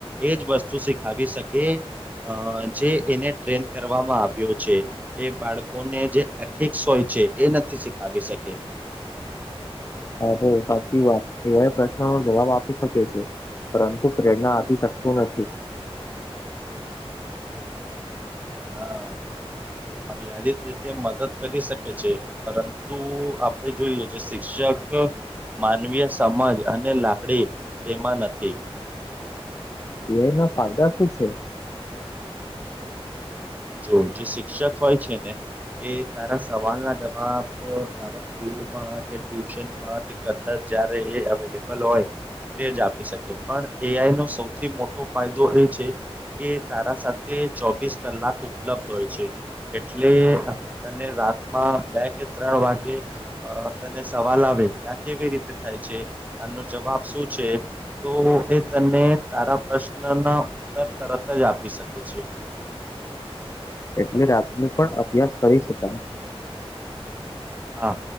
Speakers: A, on the right; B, on the left.
A: એજ વસ્તુ શીખાવી શકે અ જે એને ટ્રેન કરવામાં આવ્યો છે. એ બાળકોને જે એથિક્સ હોય છે એ નથી શીખાવી શકે.
B: હા, ભઈ સાચી વાત. એઆઈ પ્રશ્નનો જવાબ આપી શકે છે. પરંતુ પ્રેરણા આપી શકતું નથી.
A: હા, મતયાલી તે તે મદદ કરી શકે છે. પરંતુ આપણે જોઈએ જે શિક્ષક માનવીય સમજ અને લાગડી તેમાં નથી.
B: એ આઈ ના ફાયદા શું છે?
A: જો જે શિક્ષક હોય છે ને એ તારા સવાલ ના જવાબ બ તારા સ્કૂલમાં કે ટ્યુશનમાં કે કદાચ જયારે એ બલ હોય તેજ આપી શકે પણ એઆઈનો સૌથી મો ટો ફાયદો એ છે કે તારા સાથે ચોવીસ કલાક ઉપલબ્ધ હોય છે. એટલે તને રાતમાં બે કે ત્રણ વાગે અ તને સવાલ આવે કે આ કેવી રીતે થાય છે આનો જવાબ શું છે તો એ તને તારા પ્રશ્નના ઉત્તર તરત જ આપી શકે છે.
B: એટલે રાતને પણ અભ્યાસ કરી શકાય.
A: હા,